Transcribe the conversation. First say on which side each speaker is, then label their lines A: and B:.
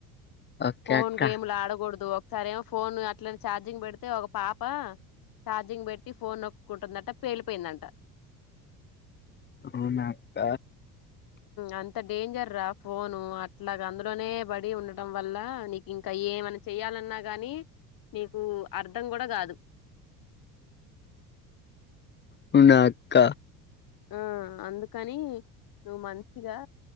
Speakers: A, on the left (about 20°); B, on the left (about 45°).
A: ఓకే
B: ఫోన్
A: అక్క
B: గేమ్లు ఆడకూడదు సరేమో ఫోన్ అట్లనే ఛార్జింగ్ పెడితే ఒక పాప చార్జింగ్ పెట్టి ఫోన్ నొక్కుకుంటుందంట పేలిపోయిందంట
A: అవునాక్క
B: అంత డేంజర్ రా ఫోను అట్లాగ అందులోనే పడి ఉండటం వల్ల నీకు ఇంకా ఏమనా చెయాలన్నా గానీ నీకు అర్ధం కూడా కాదు
A: అవునా అక్క
B: ఆ అందుకని నువ్వు మంచిగా